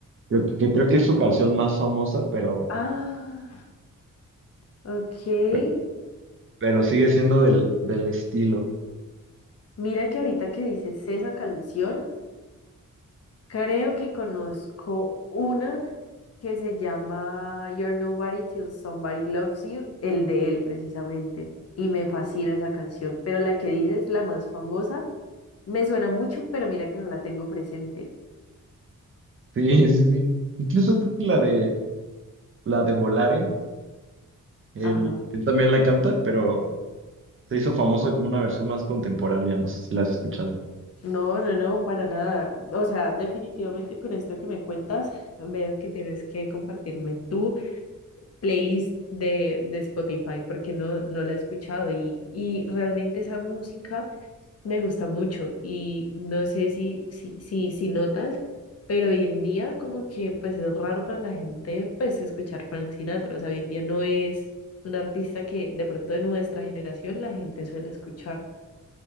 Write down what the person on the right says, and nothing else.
Creo que, creo que es su canción más famosa, pero,
pe- pero sigue siendo del, del estilo. <laughs>
Sí, sí, sí. Incluso creo que la de, la de Volare, él,
él también la canta, pero se hizo famosa como una versión más contemporánea. No sé si la has escuchado.